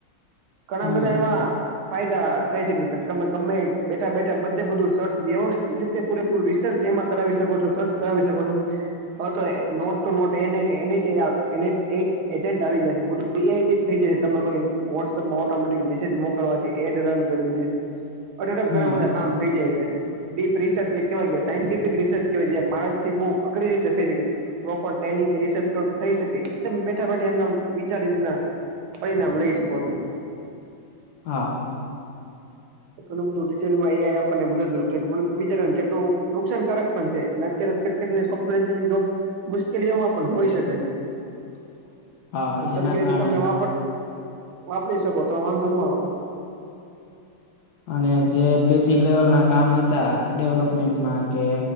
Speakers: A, on the right (about 85°); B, on the left (about 65°).
A: ઘણા
B: હમ
A: બધા એમાં ફાયદા થઈ શકે તમ ગમે ગમેએ બેઠા બેઠા બધે બધું સર્ચ વ્યવસ્થિત રીત તે પૂરેપૂરુ રિસર્ચ એમાં કરાવી શકો છો સર્ચ કરાવી શકો છો હ તો એ નોટ ટુ નોટ એને એનિટે આવ એનીટ એઇટ એજન્ટ આવી ગયા છે બધું એ થઈ જશે તમે કોઈ વોટ્સઅપ માં ઓટોમેટિક મેસેજ મોકલવા છે એડ રન કરવી છે
B: હમ
A: ઘણા બધા કામ થઈ જાય છે ને. ડીપ રિસર્ચ જે કેવાય સાયન્ટિફિક રિસર્ચ કવાય જે માણસ થી બહ અઘરી રીતે થઈ શકે. પ્રોપર ટ્રેનિંગ કે રિસર્ચ કર થઈ શકે તમે બેઠા બેઠા એમ વિચારીને પરિણામ લઈ શકો છો.
B: હા.
A: ઘણું બધું રિટેલમાં એઆઈ આપણને મદદરૂપ થાય છે પણ વિચારવાન જેટલું નુકસાનકારક પણ છે અને અત્યારે તે કેટલી સોફ્ટવેર એન્જિનિઈગ જોબ મુશ્કેલીઓમાં પણ હોઈ શકે છે.
B: <inaudible> હા
A: સરખી
B: એના
A: રીતે
B: કારણે
A: તમને વાપર વાપરી શકો તો વાંધો ન આવે.
B: અને જે બેઝિક લેવલ ના કામ હતા ડેવલપમેન્ટમાં કે